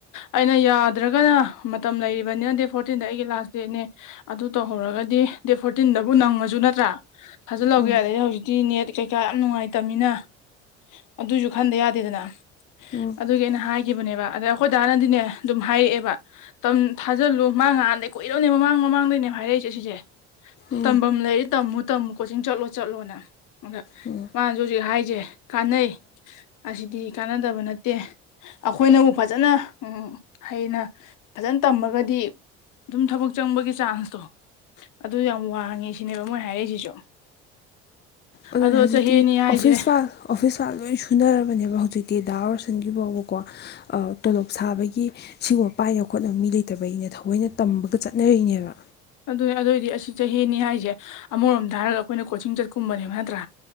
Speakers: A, on the left; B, on the left.
A: ꯑꯩꯅ ꯌꯥꯗ꯭ꯔꯒꯅ ꯃꯇꯝ ꯂꯩꯔꯤꯕꯅꯤꯅ ꯗꯦ ꯐꯣꯔꯇꯤꯟꯗ ꯑꯩꯒꯤ ꯂꯥꯁ ꯗꯦꯠꯅꯦ ꯑꯗꯨ ꯇꯧꯍꯧꯔꯒꯗꯤ ꯗꯦꯠ ꯐꯣꯔꯇꯤꯟꯗꯕꯨ ꯅꯪꯉꯁꯨ ꯅꯠꯇ꯭ꯔꯥ ꯊꯥꯖꯤꯜꯍꯧꯒꯦ
B: ꯑꯗꯨ
A: ꯑꯗꯩ ꯍꯧꯖꯤꯛꯇꯤ ꯅꯦꯠ ꯀꯩ ꯩꯀꯥ ꯌꯥꯝ ꯅꯨꯡꯉꯥꯏꯇꯕꯃꯤꯅ ꯑꯗꯨꯁꯨ ꯈꯟꯗ ꯌꯥꯗꯦꯗꯅ
B: ꯎꯝ
A: ꯑꯗꯨꯒꯤ ꯑꯩꯅ ꯍꯥꯏꯈꯤꯕꯅꯦꯕ ꯑꯗ ꯑꯩꯈꯣꯏꯗ ꯍꯥꯟꯅꯗꯤꯅꯦ ꯑꯗꯨꯝ ꯍꯥꯏꯔꯛꯑꯦꯕ ꯊꯥꯖꯤꯜꯂꯨ ꯃꯥ ꯉꯍꯥꯟꯗꯒꯤꯩ ꯀꯣꯏꯏꯔꯣꯅꯦꯕ ꯃꯃꯥꯡ ꯃꯃꯥꯡꯗꯩꯅꯦꯕ ꯍꯥꯏꯔꯛꯏꯁꯦ ꯁꯤꯁꯦ
B: ꯎꯝ
A: ꯇꯝꯐꯝ ꯂꯩꯔꯤ ꯇꯝꯃꯨ ꯇꯝꯃꯨ ꯀꯣꯆꯤꯡ ꯆꯠꯂꯣ ꯆꯠꯂꯣꯅꯦ ꯑꯗ
B: ꯎꯝ
A: ꯃꯥꯅꯁꯨ ꯍꯧꯖꯤꯛ ꯍꯥꯏꯔꯤꯁꯦ ꯀꯥꯟꯅꯩ ꯑꯁꯤꯗꯤ ꯀꯥꯟꯅꯗꯕ ꯅꯠꯇꯦ ꯑꯩꯈꯣꯏꯅꯕꯨ ꯐꯖꯅ ꯎ ꯍꯩꯅ ꯐꯖꯅ ꯇꯝꯃꯒꯗꯤ ꯑꯗꯨꯝ ꯊꯕꯛ ꯆꯪꯕꯒꯤ ꯆꯥꯟꯁꯇꯣ ꯑꯗꯨ ꯌꯥꯝ ꯋꯥꯡꯉꯦ ꯁꯤꯅꯦꯕ ꯃꯣꯏ ꯍꯥꯏꯔꯛꯏꯁꯤꯁꯨ
B: ꯑꯗꯨ
A: ꯑꯗꯣ
B: ꯍꯧꯖꯤꯛꯇꯤ
A: ꯆꯍꯤ ꯑꯅꯤ ꯍꯥꯏꯁꯦ
B: ꯑꯣꯐꯤꯁ ꯐ ꯑꯣꯐꯤꯁ ꯋꯥ ꯂꯣꯏ ꯁꯨꯅꯔꯕꯅꯦꯕ ꯍꯧꯖꯤꯛꯇꯤ ꯗꯥ ꯑꯣꯔꯁꯟꯒꯤ ꯐꯥꯎꯕꯀꯣ ꯇꯣꯂꯣꯞ ꯁꯥꯕꯒꯤ ꯁꯤꯒꯨꯝꯕ ꯄꯥꯏꯅꯕ ꯈꯣꯠꯅꯕ ꯃꯤ ꯂꯩꯇꯕ ꯑꯩꯅ ꯊꯑꯣꯏꯅ ꯇꯝꯕꯒ ꯆꯠꯅꯔꯤꯛꯅꯦꯕ
A: ꯑꯗꯨꯅꯦ ꯑꯗꯨꯑꯣꯏꯗꯤ ꯑꯁꯤ ꯆꯍꯤꯅꯤ ꯍꯥꯏꯁꯦ ꯑꯃꯔꯣꯝꯗ ꯍꯥꯏꯔꯒ ꯑꯩꯈꯣꯏꯅ ꯀꯣꯆꯤꯡ ꯆꯠꯀꯨꯝꯕꯅꯦꯕ ꯅꯠꯇ꯭ꯔꯥ